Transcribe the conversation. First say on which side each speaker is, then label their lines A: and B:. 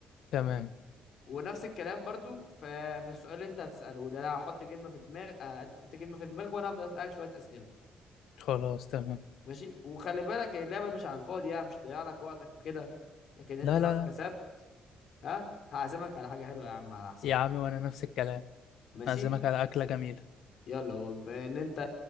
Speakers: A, on the left (about 80°); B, on the left (about 65°).
A: تمام
B: ونفس الكلام برضو في في السؤال اللي انت هتساله ده انا هحط كلمه في دماغ اه انت تحط كلمه في دماغك وانا هفضل اسالك شويه اسئله
A: خلاص تمام
B: ماشي وخلي بالك اللعبه مش على الفاضي يعني مش ضيع لك وقتك وكده لكن انت
A: لا
B: لو
A: لا
B: كسبت
A: لا
B: ها هعزمك على حاجة حلوة يا عم على حسابي
A: يا عمي وانا نفس الكلام
B: ماشي
A: اعزمك على اكلة جميلة
B: يلا وبما ان انت